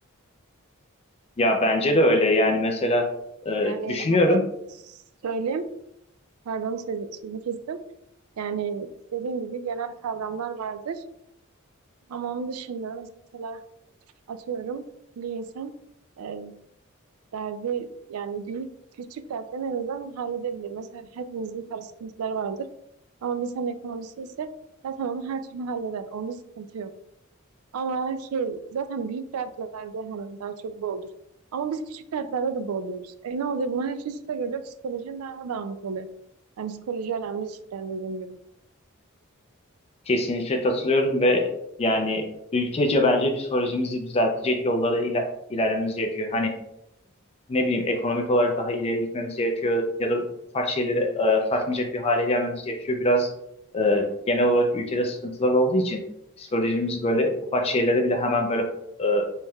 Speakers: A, on the left; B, on the right.
A: Ya bence de öyle yani mesela e,
B: Yani
A: düşünüyorum.
B: hatta söyleyeyim, pardon sözü, sözü kestim. Yani dediğim gibi genel kavramlar vardır. Ama onun dışında mesela atıyorum bir insan e, derdi yani büyük küçük dertlerini en azından halledebilir. Mesela hepimizin para sıkıntıları vardır. Ama bir insan ekonomisi ise zaten onu her türlü halleder. Onda sıkıntı yok. Ama şey zaten büyük dertlerde hani daha çok boğulur. Ama biz küçük dertlerde de boğuluyoruz. E ne oluyor? Bunlar hepsi üste geliyor. Psikolojin daha da dağınık oluyor. Yani psikoloji önemli cidden dediğim gibi.
A: Kesinlikle katılıyorum ve yani ülkece bence psikolojimizi düzeltecek yollara iler ilerlememiz gerekiyor. Hani ne bileyim ekonomik olarak daha ileri gitmemiz gerekiyor ya da ufak şeyleri e, takmayacak bir hale gelmemiz gerekiyor. Biraz e, genel olarak ülkede sıkıntılar olduğu için psikolojimiz böyle ufak şeylere bile hemen böyle e,